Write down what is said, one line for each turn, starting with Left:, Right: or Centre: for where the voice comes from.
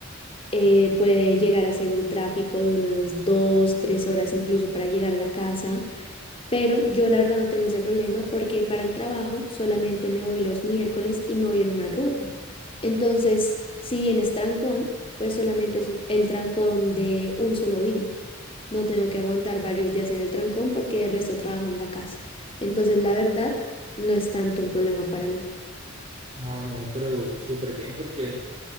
Left: eh, puede llegar a ser un tráfico de unas dos, tres horas incluso para llegar a la casa. Pero yo la verdad no tengo ese problema porque para el trabajo solamente me voy los miércoles y me voy en una ruta. Entonces, si bien es trancón, pues solamente es el trancón de un solo día. No tengo que aguantar varios días en el trancón porque el resto trabajo en la casa. Entonces, la verdad, no es tanto un problema para mí.
Right: Ah, no, pero súper bien porque...